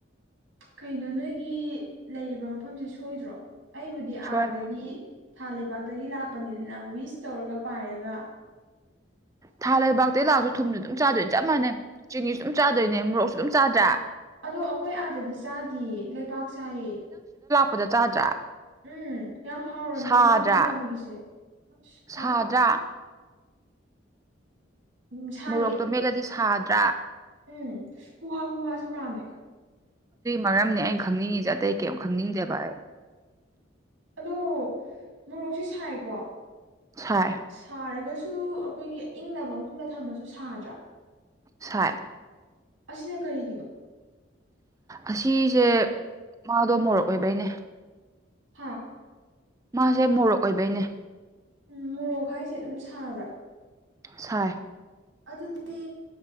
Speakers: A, on the right; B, on the right.
A: ꯀꯩꯅꯣ ꯅꯣꯏꯒꯤ ꯂꯩꯔꯤꯕ ꯃꯐꯝꯁꯦ ꯁꯣꯏꯗ꯭ꯔꯣ ꯑꯩꯕꯨꯗꯤ
B: ꯁꯣꯏ
A: ꯑꯥꯗꯒꯤ ꯊꯥꯕꯥꯛꯇꯒꯤ ꯂꯥꯛꯄꯅꯤꯗꯅ ꯋꯤꯁ ꯇꯧꯔꯒ ꯄꯥꯏꯔꯒ
B: ꯊꯥ ꯂꯩꯕꯥꯛꯇ ꯂꯥꯛꯑꯁꯨ ꯊꯨꯝꯅꯤ ꯑꯗꯨꯝ ꯆꯥꯗꯣꯏꯅꯦ ꯆꯞ ꯃꯥꯟꯅꯩ ꯆꯤꯅꯤꯁꯨ ꯑꯗꯨꯝ ꯆꯥꯗꯣꯏꯅꯦ ꯃꯣꯔꯣꯛꯁꯨ ꯑꯗꯨꯝ ꯆꯥꯗ꯭ꯔꯦ
A: ꯑꯗꯣ ꯑꯩꯈꯣꯏ ꯑꯥꯗꯗꯤ ꯆꯥꯗꯌꯦ ꯂꯩꯄꯥꯛꯥꯛ ꯆꯥꯏꯌꯦ
B: ꯍꯗ ꯆꯥꯗ꯭ꯔꯥ
A: ꯎꯝ ꯌꯥꯝ ꯍꯥꯎꯔꯝꯃꯦ
B: ꯁꯥꯗ꯭ꯔꯥ
A: ꯅꯣꯏꯒꯤ ꯂꯝꯒꯤꯁꯦ ꯑꯁ
B: ꯁꯥꯗ꯭ꯔꯥ
A: ꯍꯥ ꯎꯝ ꯁꯥꯏꯌꯦ
B: ꯃꯣꯔꯣꯛꯇꯣ ꯃꯦꯠꯂꯗꯤ ꯁꯥꯗ꯭ꯔꯥ
A: ꯎꯝ ꯍꯨꯍ ꯍꯨꯍꯁꯨ ꯀꯥꯝꯃꯦ
B: ꯃꯔꯝꯗꯤ ꯑꯩꯅ ꯈꯪꯅꯤꯡꯉꯤꯁꯦ ꯑꯇꯩ ꯀꯔꯤꯝ ꯈꯪꯅꯤꯡꯗꯦꯕ ꯑꯩ
A: ꯑꯗꯣ ꯃꯣꯔꯣꯛꯁꯦ ꯁꯥꯏꯀꯣ
B: ꯁꯥꯏ
A: ꯁꯥꯔꯒꯁꯨ ꯑꯩꯈꯣꯏꯒꯤ ꯏꯪꯅꯕ ꯃꯐꯝꯗ ꯊꯝꯃꯁꯨ ꯁꯥꯗ꯭ꯔꯥ
B: ꯁꯥꯏ
A: ꯑꯁꯤꯅ ꯀꯔꯤꯒꯤꯅꯣ
B: ꯑꯁꯤꯁꯦ ꯃꯥꯗꯣ ꯃꯣꯔꯣꯛꯑꯣꯏꯕꯩꯅꯦ
A: ꯍꯥꯥ
B: ꯃꯥꯁꯦ ꯃꯣꯔꯣꯛ ꯑꯣꯏꯕꯩꯅꯦ
A: ꯎꯝ ꯃꯣꯔꯣꯛ ꯈꯥꯏꯁꯦ ꯑꯗꯨꯝ ꯁꯥꯕ꯭ꯔꯥ
B: ꯁ
A: ꯑꯗꯨꯗꯤ